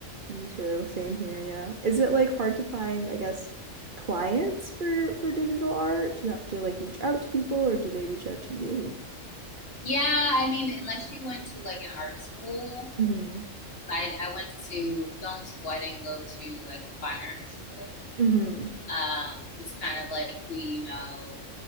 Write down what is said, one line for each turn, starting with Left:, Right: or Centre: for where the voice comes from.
Right: Me too. Same here, yeah. Is it like hard to find, I guess, clients for for digital art? Do you have to like reach out to people or do they reach out to you?
Left: yeah, I mean, unless you went to like an art school,
Right: hmm
Left: I, I went to film school. I didn't go to like a fine art school.
Right: hmm
Left: Um, it's kind of like we, you know,